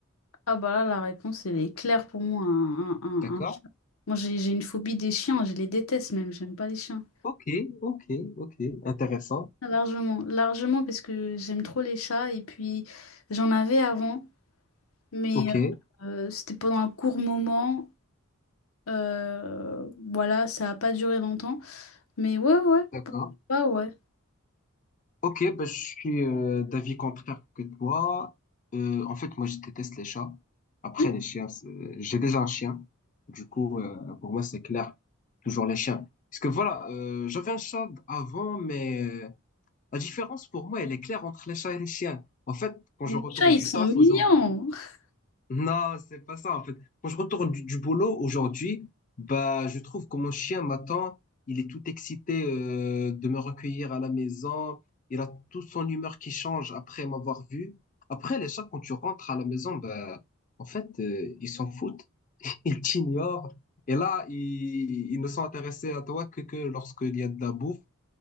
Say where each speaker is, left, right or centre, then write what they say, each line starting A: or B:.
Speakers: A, on the left (about 85°); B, on the left (about 40°).
A: Ah bah là, la réponse, elle est claire pour moi. Un, un, un-
B: D'accord?
A: un chien. Moi, j'ai j'ai une phobie des chiens, je les déteste même, j'aime pas les chiens.
B: Ok, ok, ok, intéressant.
A: Largement, largement parce que j'aime trop les chats et puis j'en avais avant, mais
B: Ok,
A: euh, c'était pendant un court moment. euh, voilà, ça a pas duré longtemps. Mais ouais, ouais,
B: d'accord.
A: ah ouais.
B: Ok, ben, je suis euh, d'avis contraire que toi. Euh, en fait, moi je déteste les chats. Après
A: Hum,
B: les chiens, c'est- j'ai déjà un chien. Du coup, euh, pour moi c'est clair, toujours les chiens. Parce que voilà, euh, j'avais un chat avant, mais euh, La différence pour moi, elle est claire entre les chats et les chiens. En fait, quand
A: Mais
B: je retourne
A: les chats, ils
B: du
A: sont
B: taf
A: mignons.
B: aujourd'hui,
A: <laughs>
B: non, c'est pas ça. En fait, quand je retourne du, du boulot aujourd'hui, bah, je trouve que mon chien m'attend. Il est tout excité euh, de me recueillir à la maison. Il a toute son humeur qui change après m'avoir vu. Après, les chats, quand tu rentres à la maison, bah, en fait, euh, ils s'en foutent. <laughs> Ils t'ignorent. Et là, ils, ils ne sont intéressés à toi que, que lorsqu'il y a de la bouffe